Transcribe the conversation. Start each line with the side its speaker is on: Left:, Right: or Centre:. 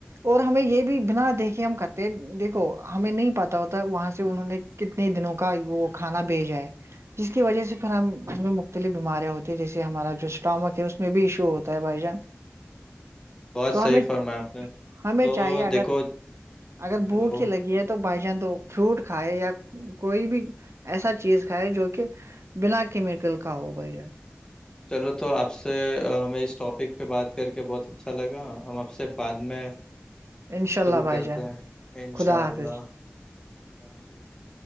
Right: اور ہمیں یہ بھی بنا دیکھ کے ہم کرتے دیکھو ہمیں نہیں پہ ہوتا وہاں سے انہوں نے کتنے دنوں کا وہ کھانا بھیجائے جس کی وجہ سے پھر ہم گھر میں مختلف بیماریاں ہوتی تو جیسے ہمارا جو اسٹامک ہے اس میں بھی ایشو ہوتا ہے بھائی جان
Left: بہت
Right: تو
Left: صحیح
Right: ہمیں
Left: فرمایا آپ نے
Right: ہمیں
Left: تو
Right: چاہیے اگر
Left: دیکھو
Right: اگر بھوک
Left: ہیلو
Right: ہی لگی ہے تو تو بھائی جان تو فروٹ کھائے یا کوئی بھی ایسا چیز کھائے جو کہ بنا کیمیکل کا ہو بھائییا
Left: چلو تو آپ سے ہمیں اس ٹاپک پہ بات کر کے بہت ا اچھا لگا ہم اب سے بعد میں
Right: انشاء
Left: گفتگو
Right: اللہ بھائی
Left: کرتے
Right: جان
Left: ہیں انشاء
Right: خدا حافظ
Left: اللہ اللہ حافظ